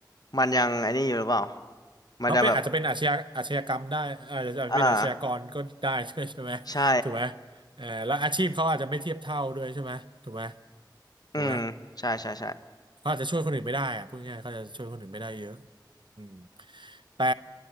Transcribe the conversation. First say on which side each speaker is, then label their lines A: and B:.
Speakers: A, on the left; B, on the right.
A: มันยังไอ้นี่อยู่หรือเปล่า มันจะแบบ
B: เขาเป็นอาจจะเป็นอาชญาอาชญากรรมได้อาจจะเป็นอาชญากรก็ได้
A: อ่า
B: <laughs> ด้วยใช่ไหม
A: ใช่
B: ถูกไหมเออแล้วอาชีพเขาอาจจะไม่เทียบเท่าด้วยใช่ไหมถูกไหม
A: อืมใช่ใช่ใช่
B: ถูกไหม เขาอาจจะช่วยคนอื่นไม่ได้อะพูดง่ายๆเขาจะช่วยคนอื่นไม่ได้เยอะอืมแต่